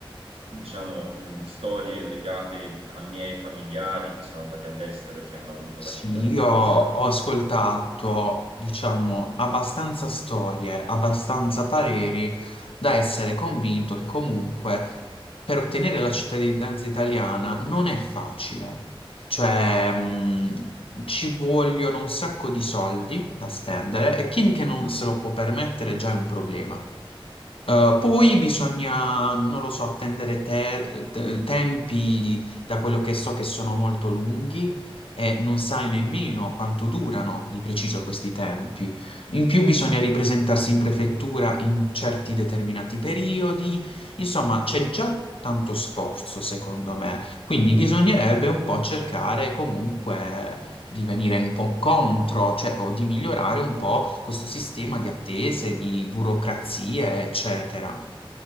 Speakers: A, on the right (about 85°); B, on the left (about 75°).
A: diciamo, mh, storie legate a miei familiari che sono andati all'estero e che hanno avuto
B: Sì,
A: la cittadinanza
B: io ho ascoltato, diciamo, abbastanza storie, abbastanza pareri da essere convinto che comunque per ottenere la cittadinanza italiana non è facile. Cioè, mh, ci vogliono un sacco di soldi da spendere e chi che non se lo può permettere già è un problema. Eh, poi bisogna, non lo so, attendere te- te- tempi da quello che so che sono molto lunghi e non sai nemmeno quanto durano di preciso questi tempi. In più bisogna ripresentarsi in prefettura in certi determinati periodi. Insomma, c'è già tanto sforzo, secondo me. Quindi bisognerebbe un po' cercare comunque di venire un po' contro, cioè, o di migliorare un po' questo sistema di attese, di burocrazie, eccetera.